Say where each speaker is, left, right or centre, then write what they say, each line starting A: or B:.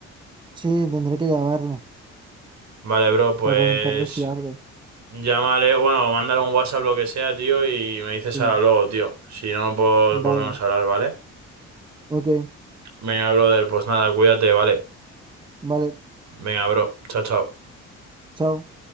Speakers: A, on the right (about 15°); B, on the right (about 65°).
A: sí, tendré que llamarle.
B: Vale, bro, pues
A: para preguntarle si abre.
B: llámale, bueno, mándale un WhatsApp, lo que sea, tío, y me dices
A: Sí,
B: ahora luego, tío. Si no, pues
A: vale,
B: volvemos a hablar, ¿vale?
A: ok,
B: Venga, brother, pues nada, cuídate, ¿vale?
A: vale,
B: Venga, bro, chao, chao.
A: chao.